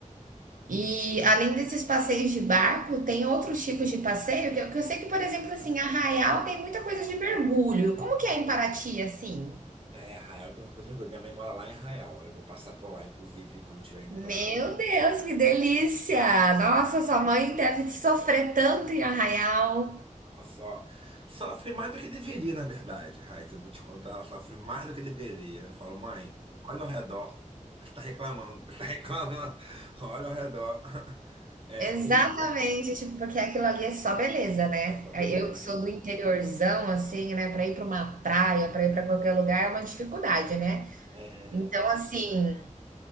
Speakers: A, on the right; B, on the right.
A: E além desses passeios de barco, tem outros tipos de passeio que eu, que eu sei que, por exemplo, assim, Arraial tem muita coisa de mergulho. Como que é em Paraty, assim?
B: É, Arraial tem uma coisa de orgulho. Minha mãe mora lá em Arraial. Eu vou passar por lá, inclusive, quando estiver indo
A: Meu
B: para.
A: Deus, que delícia! Nossa, sua mãe deve sofrer tanto em Arraial.
B: Só, sofre mais do que deveria, na verdade, Raíssa. Eu vou te contar, ela sofre mais do que deveria. Eu falo, mãe, olha ao redor. Você está reclamando, <laughs> você está reclamando. <laughs> Olha ao redor. <laughs> É,
A: Exatamente,
B: mas enfim,
A: tipo, porque aquilo ali é só beleza, né?
B: é só beleza.
A: Aí Eu que sou do interiorzão, assim, né? Para ir para uma praia, para ir para qualquer lugar é uma dificuldade, né?
B: É,
A: Então, assim,